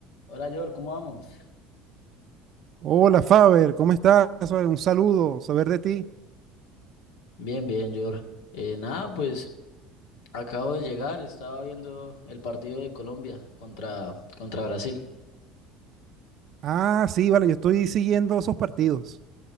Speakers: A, on the left; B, on the right.
A: Hola, George, ¿cómo vamos?
B: Hola Faber, ¿cómo estás? Faber? Un saludo, saber de ti.
A: Bien, bien, Jor. Eh, nada, pues acabo de llegar, estaba viendo el partido de Colombia contra, contra Brasil.
B: Ah, sí, vale, yo estoy siguiendo esos partidos,